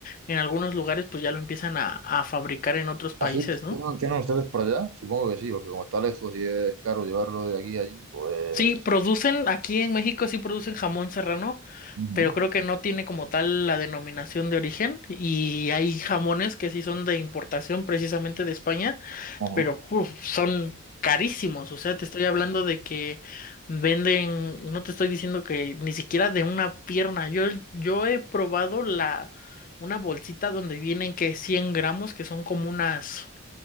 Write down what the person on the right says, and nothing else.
Ah, sí,
¿tienen, tienen ustedes por allá? Supongo que sí, porque como está lejos y es caro llevarlo de aquí a allí, pues...
Ujú,
ajá.